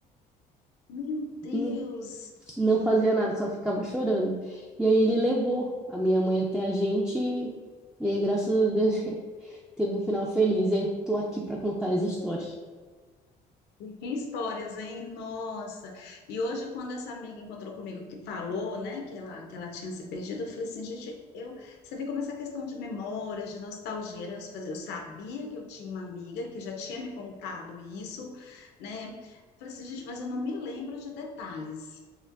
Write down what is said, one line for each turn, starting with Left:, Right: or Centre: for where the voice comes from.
Left: Meu Deus.
Centre: <laughs> não, não fazia nada, só ficava chorando. E aí ele levou a minha mãe até a gente e, e aí, graças a Deus, <laughs> teve um final feliz. É, tô aqui para contar as histórias.
Left: E que histórias, hein? Nossa. E hoje, quando essa amiga encontrou comigo que falou, né, que ela, que ela tinha se perdido, eu falei assim, gente, eu, você vê como essa questão de memórias, de nostalgia, né? Eu, falei, eu sabia que eu tinha uma amiga que já tinha me contado isso, né? Eu Falei assim, gente, mas eu não me lembro de detalhes.